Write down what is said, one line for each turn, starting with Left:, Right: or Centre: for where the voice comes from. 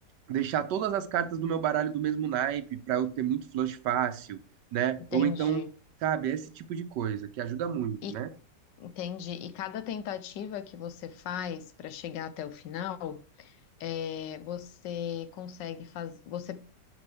Right: deixar todas as cartas do meu baralho do mesmo naipe para eu ter muito flush fácil, né?
Left: entendi.
Right: Ou então, sabe, esse tipo de coisa que ajuda muito,
Left: E
Right: né?
Left: entendi. E cada tentativa que você faz para chegar até o final, é, você consegue fazer, você